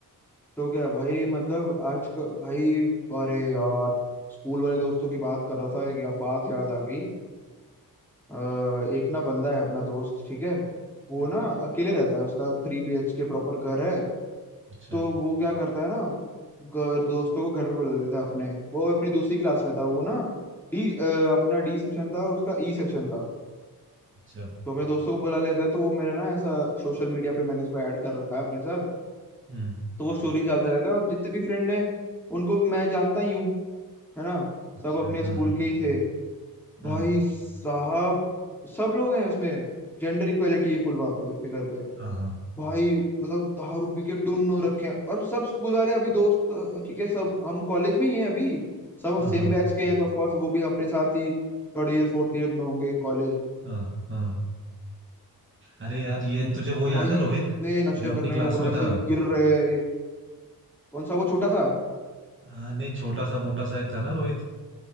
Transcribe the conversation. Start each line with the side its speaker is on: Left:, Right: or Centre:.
Centre: तो क्या भाई मतलब आज का भाई अरे यार स्कूल वाले दोस्तों की बात कर रहा था एक या बात याद आ गई अ, एक ना बंदा है अपना दोस्त ठीक है वो
Right: हम्म,
Centre: ना अकेले रहता है उसका three B H K proper घर है
Right: अच्छा
Centre: तो वो क्या करता है ना घर- दोस्तों को घर पे बुला लेता है अपने वो अपनी दूसरी क्लास में था वो ना डी अ, अपना डी सेक्शन था उसका ई सेक्शन था
Right: अच्छा
Centre: तो अपने दोस्तों को बुला लेता है तो वो मेरा ना ऐसा सोशल मीडिया पे मैंने उसको ऐड कर रखा है अपने साथ
Right: हम्म
Centre: तो वो स्टोरीज डालता रहता है और जितने भी फ्रेंड है उनको भी मैं जानता ही हूँ है ना
Right: अच्छा
Centre: सब अपने स्कूल
Right: हाँ
Centre: के ही थे भाई
Right: हाँ
Centre: साहब सब लोग हैं उसमें जेंडर इक्वेलिटी है फुल वहाँ पे उनके घर पे
Right: हाँ हाँ
Centre: भाई मतलब दारू पी के टुन्न हो रखे हैं और सब स्कूल वाले अभी दोस्त ठीक है सब हम कॉलेज में ही हैं अभी सब
Right: हाँ
Centre: सेम
Right: हाँ
Centre: बैच के हैं तो ऑफ कोर्स वो भी अपने साथ ही थर्ड ईयर फोर्थ ईयर में होंगे कॉलेज
Right: हाँ हाँ। अरे यार ये
Centre: में
Right: तुझे वो याद
Centre: भाई
Right: है रोहित
Centre: इतने नशे
Right: जो
Centre: कर
Right: अपनी
Centre: रहे
Right: क्लास
Centre: हैं वो लोग
Right: में
Centre: ऐसे
Right: था
Centre: गिर रहे हैं ये कौन सा वो छोटा सा
Right: हाँ नहीं छोटा सा मोटा सा एक था ना रोहित